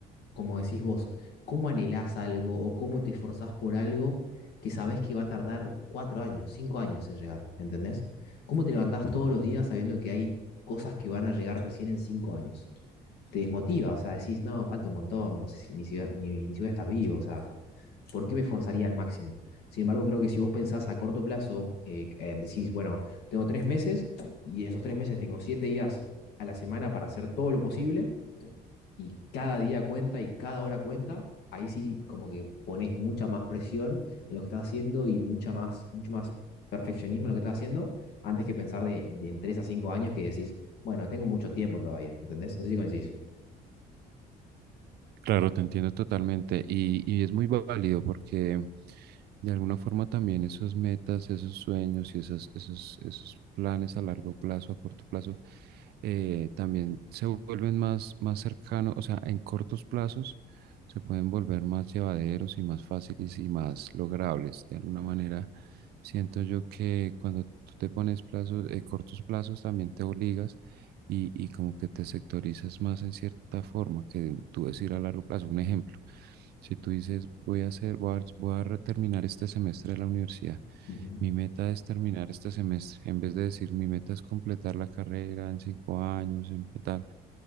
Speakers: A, on the left (about 75°); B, on the right (about 70°).
A: como decís vos, ¿cómo anhelás algo o cómo te esforzás por algo que sabés que va a tardar cuatro años, cinco años en llegar? ¿Entendés? ¿Cómo te levantás todos los días sabiendo que hay cosas que van a llegar recién en cinco años? te desmotiva, o sea, decís, no, falta un montón, no sé si ni si, va- ni, ni si voy a estar vivo, o sea, ¿por qué me forzaría al máximo? Sin embargo, creo que si vos pensás a corto plazo, eh, eh, decís, bueno, tengo tres meses y en esos tres meses tengo siete días a la semana para hacer todo lo posible y cada día cuenta y cada hora cuenta, ahí sí como que pones mucha más presión en lo que estás haciendo y mucha más, mucho más perfeccionismo en lo que estás haciendo antes que pensar de, de en tres a cinco años que decís, bueno, tengo mucho tiempo todavía, ¿entendés? No sé si coincidís.
B: Claro, te entiendo totalmente y, y es muy válido porque De alguna forma también esos metas, esos sueños y esas, esos, esos planes a largo plazo, a corto plazo, eh, también se vuelven más, más cercanos, o sea, en cortos plazos se pueden volver más llevaderos y más fáciles y más logrables. De alguna manera, siento yo que cuando tú te pones plazos, eh, cortos plazos, también te obligas y, y como que te sectorizas más en cierta forma que tú decir a largo plazo. Un ejemplo. Si tú dices, voy a hacer, voy a, voy a re- terminar este semestre de la universidad,
A: Ujú.
B: mi meta es terminar este semestre, en vez de decir, mi meta es completar la carrera en cinco años, en tal.